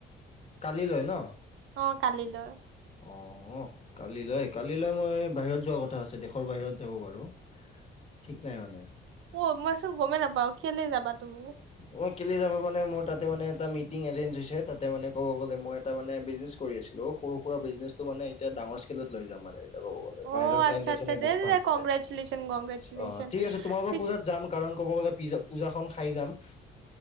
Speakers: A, on the left; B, on the right.
A: কালিলৈ ন।
B: অৱ কালিলৈ।
A: অৱ কালিলৈ, কালিলৈ মই বাহিৰত যোৱাৰ কথা আছে দেশৰ বাহিৰত যাব পাৰোঁ। ঠিক নাই মানে।
B: অ মইচোন গমেই নাপাও কেলে যাবা তুমি?
A: মই কেলে যাব পৰা নাই, মোৰ তাতে মানে এটা মিটিং এৰেচ্ছ হৈছে তাতে মানে ক'ব গ'লে মই তাৰমানে বিজনেচ কৰি আছিলো সৰু সুৰা বিজনেছো মানে এতিয়া ডাঙৰ স্কেলত লৈ যাম মানে। বাহিৰৰ
B: অ
A: ক্লাইটচে
B: আচ্ছা আচ্ছা দে
A: বহুত
B: দে
A: ভাল
B: দে
A: পায়।
B: কংগ্ৰেচুলেশ্যন কংগ্ৰেচুলেশ্যন
A: অৱ ঠিক আছে তোমাৰ পৰা
B: পিছ
A: পূজাত যাম। কাৰণ ক'ব গ'লে পজা পূজাখন খাই যাম।